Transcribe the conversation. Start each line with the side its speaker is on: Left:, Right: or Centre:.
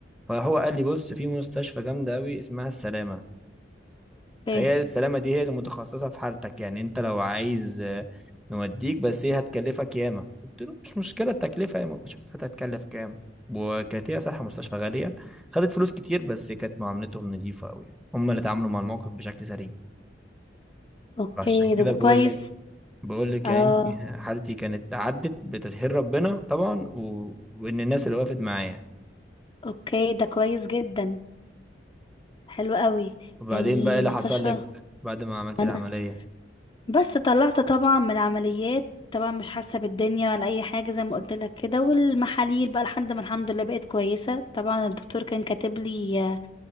Centre: فهو قال لي بص في مستشفى جامده قوي اسمها السلامه فهي
Left: اوكي
Centre: السلامة دي هي اللي متخصصة في حالتك يعني انت لو عايز آه، نوديك بس هي هتكلفك ياما قلت له مش مشكلة التكلفة هي ما كنتش حسيت هتكلف كام وكانت هي صراحة مستشفى غالية خدت فلوس كتير بس كانت معاملتهم نظيفة قوي هم اللي اتعاملوا مع الموقف بشكل سليم
Left: اوكي
Centre: فعشان كده
Left: ده ده
Centre: بقول
Left: كويس
Centre: لك بقول لك
Left: اه
Centre: يعني انت حالتي كانت عدت بتسهيل ربنا طبعا و... وان الناس اللي وقفت معايا
Left: اوكي ده كويس جدا حلو قوي
Centre: وبعدين
Left: يعني
Centre: بقى إيه اللي
Left: مستشفى
Centre: حصل لك بعد ما عملت
Left: انا
Centre: العملية
Left: بس طلعت طبعا من عمليات طبعا مش حاسة بالدنيا ولا اي حاجة زي ما قلت لك كده والمحاليل بقى لحد ما الحمد لله بقيت كويسة طبعا الدكتور كان كاتب لي آه،